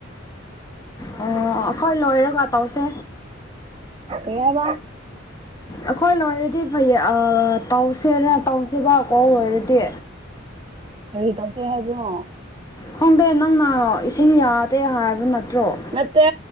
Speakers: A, on the left; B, on the right.
A: ꯑꯣ ꯑꯈꯣꯏ ꯂꯣꯏꯔꯒ ꯇꯧꯁꯦ꯫
B: ꯀꯩ ꯍꯥꯏꯕ꯫
A: ꯑꯈꯣꯏ ꯂꯣꯏꯔꯗꯤ ꯐꯩꯌꯦ ꯑ ꯇꯧꯁꯦꯔ ꯇꯧꯁꯦꯕꯀꯣ ꯂꯣꯏꯔꯗꯤ꯫
B: ꯀꯔꯤ ꯇꯧꯁꯦ ꯍꯥꯏꯕꯅꯣ꯫
A: ꯈꯪꯗꯦ ꯅꯪꯅ ꯏꯁꯤꯡ ꯌꯥꯗꯦ ꯍꯥꯏꯕ ꯅꯠꯇ꯭ꯔꯣ꯫
B: ꯅꯠꯇꯦ